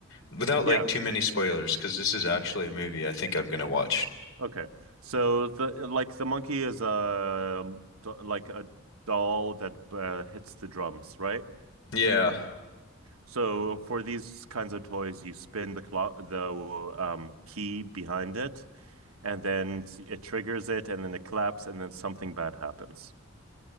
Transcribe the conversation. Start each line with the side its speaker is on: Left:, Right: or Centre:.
Left: without like
Right: yeah,
Left: too many spoilers, because this is actually a movie I think I'm gonna watch.
Right: okay. So the like the monkey is a like a doll that uh, hits the drums, right?
Left: Yeah.
Right: So for these kinds of toys, you spin the clock, the um key behind it and then it triggers it, and then it claps, and then something bad happens.